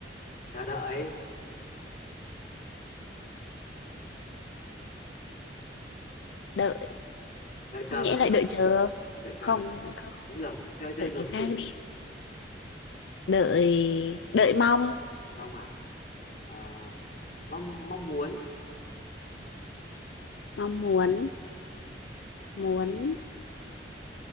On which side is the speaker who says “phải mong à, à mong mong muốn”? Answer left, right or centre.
Left